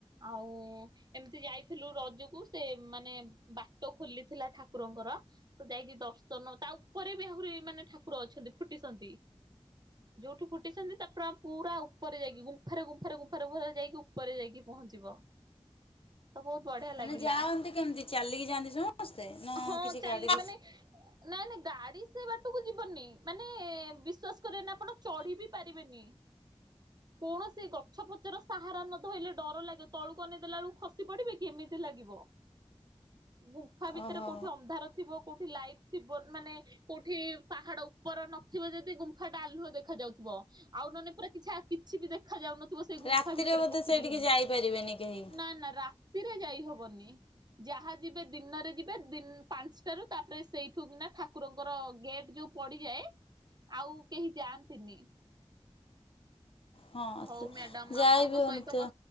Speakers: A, on the right; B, on the left.
A: ଆଉ ଏମିତି ଯାଇଥିଲୁ ରଜକୁ ସେ ମାନେ ବାଟ ଖୋଲିଥିଲା ଠାକୁରଙ୍କର ତ ଯାଇକି ଦର୍ଶନ। ତା ଉପରେ ବି ଆହୁରି ମାନେ ଠାକୁର ଅଛନ୍ତି ଫୁଟିଛନ୍ତି ଯୋଉଠି ଫୁଟିଛନ୍ତି ତାପରେ ପୁରା ଉପରେ ଯାଇକି ଗୁମ୍ଫାରେ ଗୁମ୍ଫାରେ ଗୁମ୍ଫାରେ ପୁରା ଯାଇକି ଉପରେ ଯାଇକି ପହଞ୍ଚିବ। ତ ବହୁତ ବଢିଆ
B: ମାନେ
A: ଲାଗିଲା।
B: ଯାଆନ୍ତି କେମିତି ଚାଲିକି ଯାଆନ୍ତି ସମସ୍ତେ ନା
A: ହଁ
B: କିଛି
A: ଚାଲିକି
B: ଗାଡି?
A: ମାନେ ନାଇଁ ନାଇଁ ଗାଡି ସେ ବାଟକୁ ଯିବନି, ମାନେ ବିଶ୍ଵାସ କରିବେନି ଆପଣ ଚଢି ବି ପାରିବେନି, କୌଣସି ଗଛପଛର ସାହାରା ନ ଧଇଲେ ଡର ଲାଗିବ ତଳୁକୁ ଅନେଇଦେଲା ବେଳକୁ ଖସି ପଡିବେ କି ଏମିତି ଲାଗିବ ଗୁମ୍ପ୍ ମ୍ଫା ଭିତରେ
B: ଓହୋ
A: କୋଉଠି ଅନ୍ଧାର ଥିବ। କୋଉଠି ଲାଇଟ। ଥିବ ମାନେ କୋଉଠି ପାହାଡ ଉପର ନଥିବ ଯଦି ଗୁମ୍ଫାଟା ଆଲୁହ ଦେଖା ଯାଉଥିବ ଆଉ ନହେଲେ ପୁରା କିଛି ଆ କିଛି ବି ଦେଖାଯାଉ ନ <inaudible> ସେଇ ଗୁମ୍ଫା
B: ରାତିରେ
A: ଭିତରେ
B: ବୋଧେ
A: ପଶିକି
B: ସେଇଠିକି
A: ଗଲେ,
B: ଯାଇପାରିବେନି କେହି
A: ନା-ନା ରା ରାତିରେ ଯାଇହବନି, ଯାହା ଯିବେ ଦିନରେ ଯିବେ ଦିନ୍ ପାଞ୍ଚଟାରୁ ତାପରେ ସେଇଠୁ କିନା ଠାକୁରଙ୍କର ଗେଟ୍ ଯୋଉ ପଡିଯାଏ ଆଉ କେହି ଯାଆନ୍ତିନି।
B: ହଁ
A: ହଉ ମ୍ୟାଡାମ୍
B: ଯାଇ
A: ଆପଣଙ୍କ
B: ବି ହେଉନଥିବ
A: ସହିତ କ